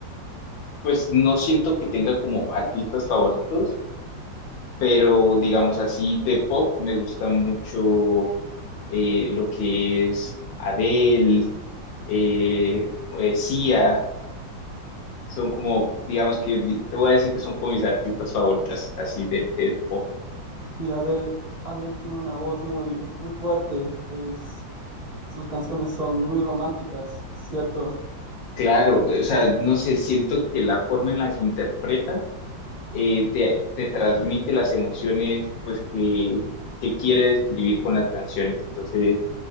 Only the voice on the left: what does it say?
Pues no siento que tenga como artistas favoritos, pero digamos así, de pop me gusta mucho eh, lo que es Adele, eh, eh, Sia. son como, digamos que, di- te voy a decir que son como mis artistas favoritas, así de, de pop.
Claro, o sea, no sé, siento que la forma en la que interpreta eh, te, te transmite las emociones pues que, que quiere describir con las canciones. Entonces,